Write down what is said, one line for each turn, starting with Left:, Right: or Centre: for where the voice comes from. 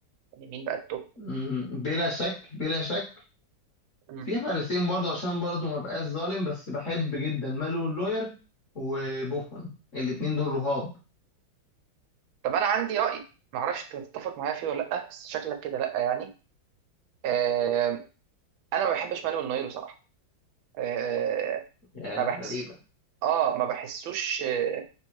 Right: يعني مين بقى التوب
Left: مم، بلا شك بلا شك
Right: مم.
Left: في حارسين برضه عشان برضه ما بقاش ظالم بس بحب جدا مالون لوير وبوفون الاتنين دول رهاب
Right: طب انا عندي راي ما اعرفش تتفق معايا فيه ولا لا بس شكلك كده لا يعني آه انا ما بحبش مانويل نوير بصراحه آه
Left: يا
Right: ما بحس
Left: غريبة
Right: اه ما بحسوش آه،